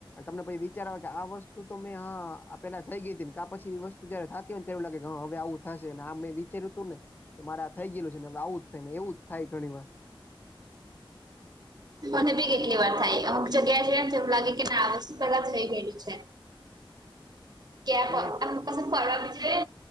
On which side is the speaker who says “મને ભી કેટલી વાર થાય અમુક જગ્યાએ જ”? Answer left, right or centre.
Right